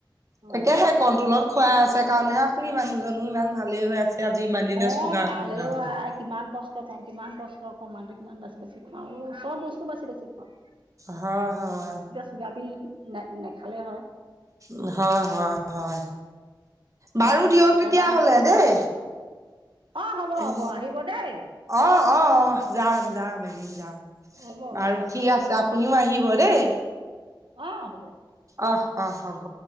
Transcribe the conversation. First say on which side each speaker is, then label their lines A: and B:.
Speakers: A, on the right (about 75°); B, on the right (about 40°).
A: অঁ
B: তাকেহে কণ্ট্ৰলত খুৱাই আছে কাৰণে হে, তথাপিও মানুহ জন ইমান ভালে হৈ আছে আজি ইমান দিনা
A: অঁ
B: চুগা
A: ভাল
B: <unintelligible>
A: হে আই কিমান কষ্ট কওঁ কিমান কষ্ট কওঁ মানুহ কিমান বাচি বােছি খুৱাও চব বস্তু বাচি বাছি খুৱাওঁ
B: হয় হয়
A: <inaudible> নে নেখালে হয়
B: উ হয় হয় হয় বাৰু দিয়ক
A: একেবাৰে
B: তেতিয়া হ'লে
A: হৈ
B: দেই
A: অঁ হ'ব হ'ব
B: উ
A: আহিব দেই
B: অ অ অ যাম যাম এদিন যাম
A: হ'ব
B: বাৰু
A: হ'ব
B: ঠিক আছে আপুনিও আহিব দেই!
A: অঁ, হব
B: আহ অঁ হ'ব!